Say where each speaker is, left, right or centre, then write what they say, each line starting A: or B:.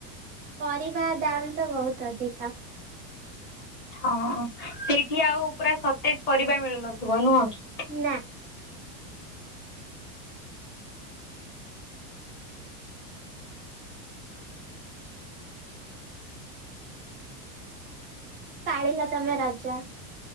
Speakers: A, on the right; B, on the left.
A: ପରିବା ଦାମ ତ ବହୁତ ଅଧିକା।
B: ହଁ। ସେଇଠି ଆଉ ପୁରା ସତେଜ ପରିବା ମିଳୁନଥିବ ନୁହଁ କି।
A: ନାଁ। ପାଳିଲ ତମେ ରଜ?